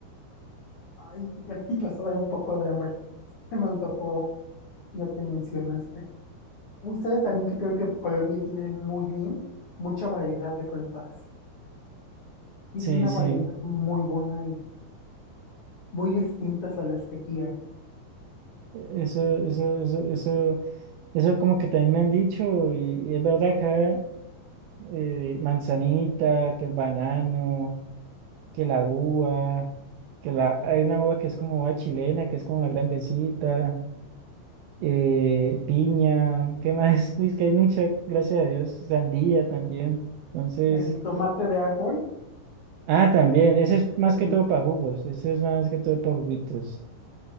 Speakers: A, on the left; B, on the right.
A: Ay, ya me <laughs> empezó a dar un poco de hambre. Se me antojó lo que mencionaste. Uy, ¿sabes también que creo que Colombia tiene muy bien, mucha variedad de frutas? Tiene
B: Sí,
A: una
B: sí.
A: variedad muy buena y muy distintas a las que aquí hay.
B: Eso, eso, eso, eso, eso como que también me han dicho y, y es verdad acá eh, manzanita, que el banano, que la uva, que la, hay una uva que es como uva chilena, que es como más grandecita, eh, piña, ¿qué más? <laughs> es que hay mucha, gracias a Dios, sandía también. Entonces,
A: El tomate de árbol,
B: ah, también, ese es más
A: el,
B: que todo para jugos, ese es más que todo para juguitos.